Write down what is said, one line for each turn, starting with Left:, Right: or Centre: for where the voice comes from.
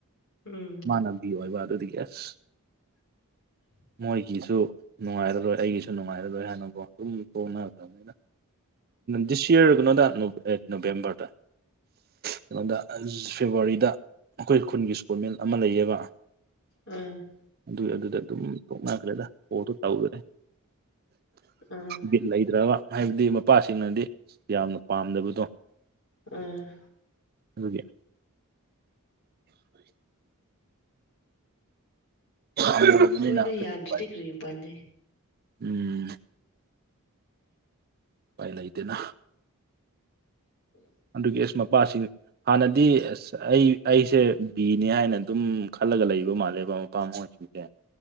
Left: ꯎꯝ
Right: ꯃꯥꯅ ꯋꯥꯣꯏ ꯋꯥꯗꯨꯗꯤ ꯀꯁ <unintelligible>
Left: <inaudible>
Right: ꯃꯣꯏꯒꯤꯁꯨ ꯅꯨꯡꯉꯥꯏꯔꯔꯣꯏ ꯑꯩꯒꯤꯁꯨ ꯅꯨꯡꯉꯥꯏꯔꯔꯣꯏ ꯍꯥꯏꯅꯕꯨꯣ ꯑꯗꯨꯝ ꯀꯣꯛꯅꯔꯛꯇꯕꯅꯤꯅ ꯗꯤꯁ ꯏꯌꯔꯒꯅꯣꯗ ꯅꯣ ꯅꯣꯕꯦꯝꯕꯔꯗ ꯀꯩꯅꯣꯗ ꯐꯦꯕꯋꯥꯔꯤꯗ ꯑꯩꯈꯣꯏ ꯈꯨꯟꯒꯤ ꯏꯁꯄꯣꯔꯠꯃꯦꯟ ꯑꯃ ꯂꯩꯌꯦꯕ꯫
Left: ꯎꯝ
Right: ꯑꯗꯨꯗ ꯑꯗꯨꯗ ꯑꯗꯨꯝ ꯊꯣꯛꯣꯛꯅꯈ꯭ꯔꯦꯗ ꯀꯣꯗꯣ ꯇꯦꯗꯔꯦ
Left: ꯑꯥ
Right: ꯕꯤꯠ ꯂꯩꯇ꯭ꯔꯕ ꯍꯥꯏꯕꯗꯤ ꯃꯄꯥꯁꯤꯡꯅꯗꯤ ꯌꯥꯝꯅ ꯄꯥꯝꯗꯕꯗꯣ
Left: ꯎꯝ
Right: ꯑꯗꯨꯒꯤ <unintelligible>
Left: ꯍꯣꯏꯗ
Right: ꯀꯔꯤ
Left: ꯌꯥꯗ꯭ꯔꯗꯤ
Right: ꯎꯄꯥꯏ
Left: ꯀꯔꯤ ꯎꯄꯥꯢ ꯂꯩ
Right: ꯎꯝ ꯄꯥꯏ ꯂꯩꯇꯦꯅ
Left: <inaudible>
Right: ꯑꯗꯨꯒꯤ ꯑꯦꯁ ꯃꯄꯥꯁꯤ ꯍꯥꯟꯅꯗꯤ ꯑꯁ ꯑꯩ ꯑꯩꯁꯦ ꯕꯤꯅꯦ ꯍꯥꯏꯅ ꯑꯗꯨꯝ ꯈꯜꯂꯒ ꯂꯩꯕ ꯃꯥꯜꯂꯦꯕ ꯃꯄꯥꯝ <unintelligible>